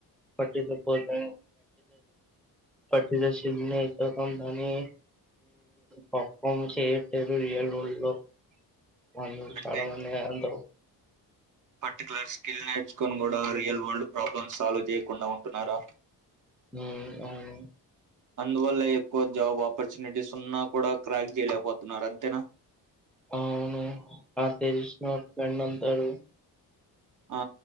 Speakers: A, in the centre; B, on the right.
A: పట్టి పట్టి పట్టిద ఎంతో కొంత అని ఫోర్ఫామేన్స్ చేయట్లేదు రియల్ వరల్డ్ లో వాళ్ళు
B: అంటే
A: చాలా మంది అందరూ
B: పర్టికులర్ స్కిల్ నేర్చుకొని కూడా రియల్ వరల్డ్ ప్రాబ్లమ్స్ సాల్వ్ చేయకుండా ఉంటున్నారా
A: ఉ అవును
B: అందువల్ల ఎక్కువ జాబ్ ఆపర్చునిటీస్ ఉన్నా కూడా క్రాక్ చేయలేకపోతున్నారు అంతేనా
A: అవును తెలిసిన ఫ్రెండ్ ఉంటాడు
B: ఆ